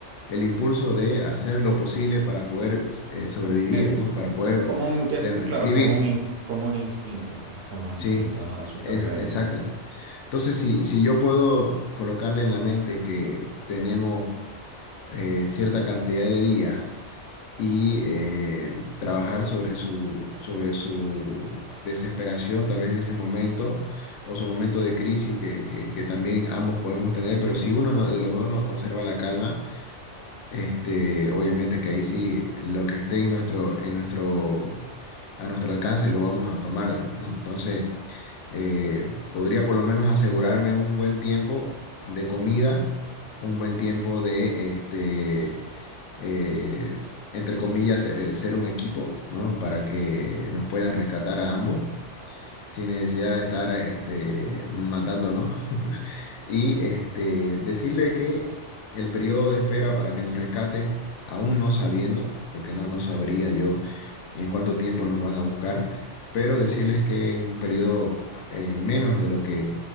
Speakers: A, on the left; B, on the right.
A: el impulso de hacer lo posible para poder eh, sobrevivir,
B: Eh,
A: ¿no? Para poder
B: como un, es,
A: ten-
B: claro,
A: vivir,
B: como un, in- como un instinto, es como un instinto,
A: ¿sí?
B: ¿no? De supervivencia.
A: Es, exacta. Entonces, si, si yo puedo colocarle en la mente que tenemos eh, cierta cantidad de días, y eh, trabajar sobre su, sobre su desesperación, tal vez de ese momento, o su momento de crisis que, que- que también ambos podemos tener, pero si uno no- de los dos no conserva la calma, este, obviamente que ahí sí lo que esté en nuestro, en nuestro, a nuestro alcance lo vamos a tomar, ¿no? Entonces, eh, podría por lo menos asegurarme un buen tiempo de comida, un buen tiempo de este eh, entre comillas, ser, eh, ser un equipo, ¿no? Para que nos puedan rescatar a ambos sin necesidad de estar este, matándonos. <laughs> Y este, decirle que el periodo de espera para que nos rescaten, aún no sabiendo, porque no, no sabría yo en cuánto tiempo nos van a buscar, pero decirles que en un periodo eh, menos de lo que